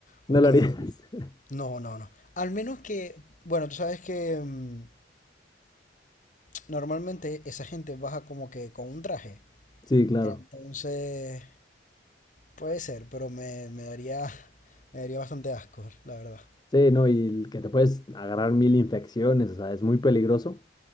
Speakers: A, on the left (about 45°); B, on the left (about 20°).
A: porque
B: no lo harías. <laughs>
A: No, no, no. Al menos que, bueno, tú sabes que mm, normalmente esa gente baja como que con un traje.
B: Sí, claro.
A: Entonces, puede ser, pero me, me daría, me daría bastante asco, la verdad.
B: Sí, no, y el que te puedes agarrar mil infecciones, o sea, es muy peligroso,